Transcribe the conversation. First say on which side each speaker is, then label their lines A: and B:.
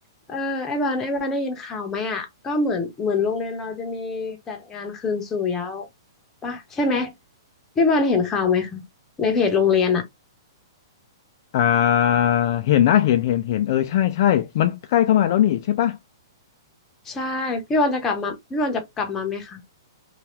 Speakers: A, on the left; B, on the left.
A: เออไอ้บอลไอ้บอลได้ยินข่าวไหมอ่ะก็เหมือนเหมือนโรงเรียนเราจะมีจัดงานคืนสู่เยาว์ปะใช่ไหมพี่บอลเห็นข่าวไหมคะในเพจโรงเรียนอ่ะ
B: อ่าเห็นนะเห็นเห็นเห็นเออใช่ใช่มันใกล้เข้ามาแล้วนี่ใช่ปะ
A: ใช่พี่บอลจะกลับมาพี่บอลจะกลับมาไหมคะ